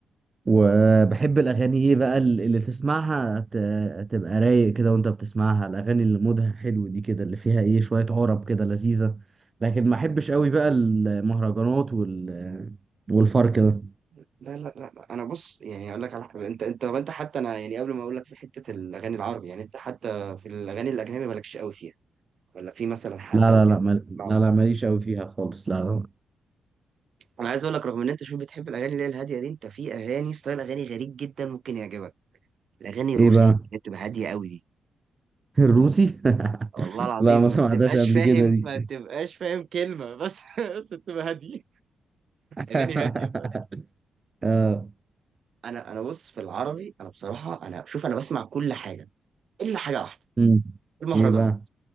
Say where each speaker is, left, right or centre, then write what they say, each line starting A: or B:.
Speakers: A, on the right; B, on the right.
A: وبحب الاغاني ايه بقى ال- اللي تسمعها ت- تبقى رايق كده وانت بتسمعها الاغاني اللي مودها حلو دي كده اللي فيها ايه شوية عرب كده لذيذة لكن ما احبش قوي بقى المهرجانات وال والفرق ده
B: لا لا لا لا، انا بص يعني اقول لك على حاجه انت انت طب انت حتى انا يعني قبل ما اقول لك في حته الاغاني العربي يعني انت حتى في الاغاني الاجنبي مالكش قوي فيها ولا في مثلا حد
A: لا
B: او
A: لا
B: اتنين
A: لا
B: بتحب
A: مال-
B: تسمعهم
A: لا لا ماليش قوي فيها خالص لا لا
B: انا عايز اقول لك رغم ان انت شو بتحب الاغاني اللي هي الهاديه دي انت في اغاني ستايل اغاني غريب جدا ممكن يعجبك الاغاني الروسي
A: ايه بقى
B: اللي بتبقى هاديه قوي دي
A: <laughs> الروسي <laughs>
B: والله العظيم
A: لا ما
B: ما
A: سمعتهاش
B: تبقاش
A: قبل
B: فاهم
A: كده دي
B: ما تبقاش فاهم كلمه بس <laughs> بس تبقى هاديه
A: <laughs>
B: اغاني هاديه فاهم
A: آه.
B: انا انا بص في العربي انا بصراحه انا شوف انا بسمع كل حاجه الا حاجه واحده
A: مم.
B: المهرجانات
A: ايه بقى